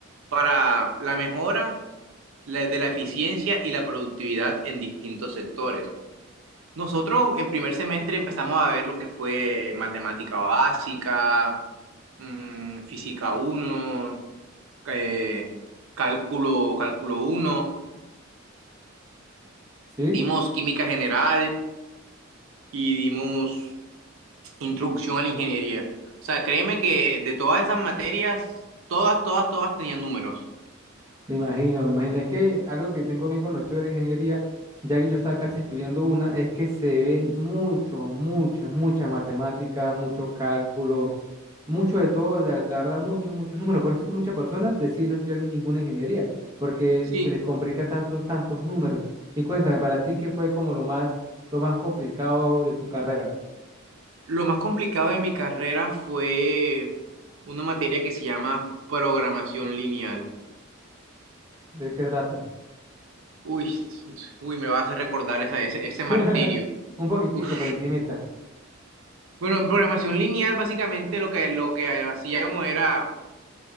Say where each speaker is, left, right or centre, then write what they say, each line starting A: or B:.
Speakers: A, on the right; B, on the right.
A: para la mejora la- de la eficiencia y la productividad en distintos sectores. Nosotros en primer semestre empezamos a ver lo que fue matemática básica, mm, física uno eh, cálculo, cálculo uno
B: ¿sí?
A: dimos química general y dimos introducción a la ingeniería. O sea, créeme que de todas esas materias, todas, todas, todas tenían números.
B: Me imagino, me imagino. Es que algo que tengo bien conocido de la ingeniería, ya que yo estaba casi estudiando una, es que se ven mucho, muchas, muchas matemáticas, mucho cálculo, mucho de todo, la, la verdad, muchos, muchos números. Por eso es que muchas personas deciden no estudiar ninguna ingeniería, porque
A: Sí,
B: se les complica tantos, tantos números. Y cuéntame, para ti, ¿qué fue como lo más, lo más complicado de tu carrera?
A: lo más complicado de mi carrera fue una materia que se llama programación lineal.
B: ¿De qué trata?
A: Uy, uy, me va a hacer recordar esa- ese, ese
B: <laughs>
A: martirio.
B: Un poquitico
A: Uf.
B: por encimita.
A: Bueno, en programación lineal básicamente lo que, lo que hacíamos era